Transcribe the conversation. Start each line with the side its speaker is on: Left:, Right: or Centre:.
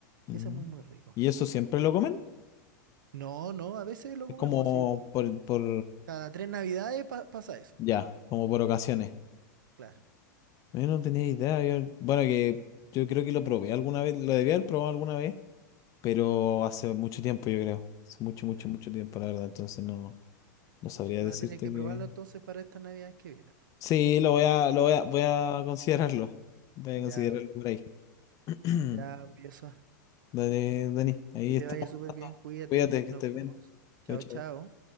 Left: Ujú.
Right: Eso es muy, muy rico.
Left: ¿Y eso siempre lo comen?
Right: No, no, a veces lo
Left: Es
Right: comemos
Left: como
Right: así.
Left: por, por,
Right: Cada tres navidades pa- pasa eso,
Left: ya, como por ocasiones.
Right: claro.
Left: Yo no tenía idea. yo- bueno, que yo creo que lo probé alguna vez, lo debía haber probado alguna vez, pero hace mucho tiempo, yo creo. Hace mucho,
Right: Ya.
Left: mucho, mucho tiempo, la verdad. Entonces no, no sabría
Right: Pucha, Vas
Left: decirte
Right: a tener que
Left: que,
Right: probarlo entonces para estas navidades que vienen.
Left: Sí, lo voy a, lo voy a, voy a considerarlo. Voy
Right: Ya,
Left: a considerarlo por ahí. <clears throat>
Right: ya, pues, eso.
Left: Dale, Dani, ahí
Right: Que te
Left: estamos.
Right: vaya súper
Left: hablando.
Right: bien, cuídate.
Left: Cuídate, que
Right: Nos
Left: estés
Right: vemos.
Left: bien.
Right: Chao,
Left: Chao, chao.
Right: chao.